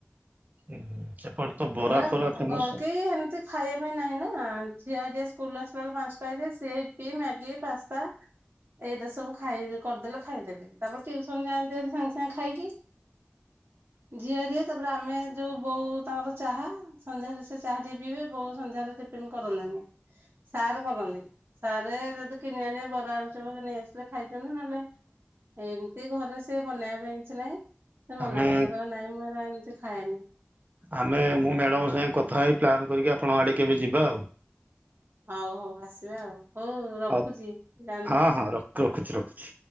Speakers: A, on the right (about 40°); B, on the right (about 60°).
A: ହୁଁ, ସେପଟେ ତ ବରା
B: ହୁଏ
A: ଫରା ଫେମସ
B: କେହି ଏମିତି ଖାଇବା ପାଇଁ ନାହିଁ ନା ଝିଅ ଆ ସ୍କୁଲ୍ ଆସିଲା ବେଳୁକୁ ପାଞ୍ଚ ଟା ହେଇଯାଏ ସେ ୟୁପି ମ୍ୟାଗି ପାସ୍ତା। ଏଇଟା ସବୁ ଖାଇ କରିଦେଲେ ଖାଇଦେବେ ତାପରେ ଟିୟୁସନ ଯାଆନ୍ତି ଭେରି ସାଙ୍ଗେ ସାଙ୍ଗେ ଖାଇକି। ଝିଅ ହେରିକା ତାପରେ ଆମେ ଯୋଉ ବୋଉ ତାଙ୍କର ଚାହା ସନ୍ଧ୍ୟାରେ ସେ ଚାହା ଟିକେ ପିଇବେ ବୋଉ ସନ୍ଧ୍ୟାରେ ଟିଫିନ୍ କରନ୍ତିନି। ସାର୍ କରନ୍ତି। ସାରେ ଯଦି କିଣି ଆଣିବେ ବରା ଆଳୁଚପ ନେଇ ଆସିଲେ ଖାଇ ଥାନ୍ତେ ନହେଲେ ଏମିତି ଘରେ ସେ ବନେଇବା ପାଇଁ କିଛି ନାହିଁ। ସେ ମନା
A: ଆମେ
B: କରନ୍ତି କହିବେ ନାଇଁ ମୁଁ ଏରା ମୁଁ ଏମିତି ଖାଏନି।
A: ଆମେ ମୁଁ ମ୍ୟାଡ଼ାମଙ୍କ ସାଙ୍ଗେ କଥା ହେଇ ପ୍ଲାନ୍ କରିକି ଆପଣଙ୍କ ଆଡ଼େ କେବେ ଯିବା ଆଉ।
B: ହଉ ହଉ ଆସିବେ ଆଉ। ହଉ ରଖୁଛି
A: ଆଉ
B: ଯାଆନ୍ତୁ।
A: ହଁ ହଁ ରଖ ରଖୁଛି ରଖୁଛି।